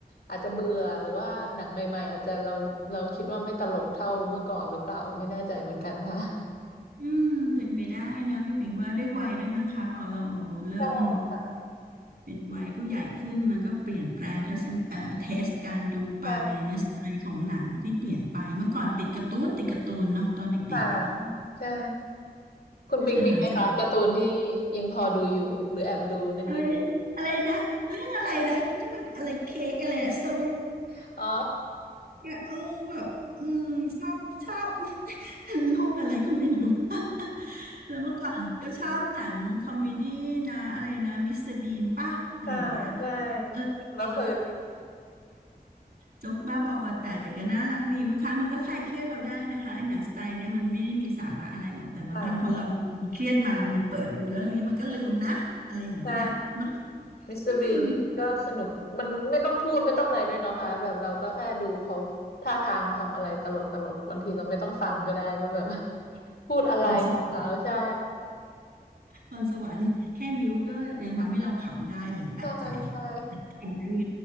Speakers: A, on the left; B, on the right.
A: อาจจะเบื่อหรือว่าหนังใหม่ๆอาจจะเราเราคิดว่าไม่ตลกเท่าเมื่อก่อนหรือเปล่าไม่แน่ใจเหมือนกันค่ะ
B: อืมเป็นไปได้เนอะพี่เปิงว่าด้วยวัยด้วยมั้งคะพอเราเริ่ม
A: ใช่ค่ะ
B: เป็นวัยผู้ใหญ่ขึ้นมันก็เปลี่ยนแปลงทัศนเอ่อเทสการดูไปในเนื้อสไตล์ของหนังที่เปลี่ยนไปเมื่อก่อนติดการ์ตูนติดการ์ตูนเนาะตอนเด็กๆอ่ะ
A: ใช่ค่ะ ใช่ คุณปิงมีไหมคะการ์ตูนที่
B: แล้วหลังจากนั้น
A: ยังพอดูอยู่หรือแอบดูนิด
B: อะไรอะไรนะเรื่องอะไรนะที่มันอะไรเค้กอะไรสตรอเบอรี่
A: ๆอ๋อ
B: โอ้แบบอืมชอบชอบ <laughs> โลกอะไรก็ไม่รู้ <laughs> แล้วเมื่อก่อนก็ชอบหนังคอมเมดี้นะอะไรนะมิสเตอร์บีนป่ะอะไรอย่างเงี้ย
A: ค่ะใช่
B: เออเออ
A: ดูแล้วเพลินดี
B: โจ๊กบ้าบอคอแตกแต่ก็น่ารักดีบางครั้งมันก็คลายเครียดเราได้นะคะไอ้หนังสไตล์เนี้ยมันไม่ได้มีสาระอะไรหรอกแต่บางครั้งคนเราเครียดมามันเปิดดูเรื่องนี้มันก็ลืมนะอะไรอย่างเงี้ยเนาะ
A: <laughs> ค่ะ ใช่มิสเตอร์บีนนี่ก็สนุกมันไม่ต้องพูดไม่ต้องอะไรด้วยเนาะค่ะแบบเราก็แค่ดูเขาท่าทางทำอะไรตลกตลกบางทีเราไม่ต้องฟังก็ได้ว่าแบบ
B: อืม
A: <laughs> พูดอะไรของเขาใช่
B: พรสวรรค์พรสวรรค์แค่มิวก็ยังทำให้เราขำได้เลยแปลกใจ
A: ใช่ ใช่
B: ขำได้ไง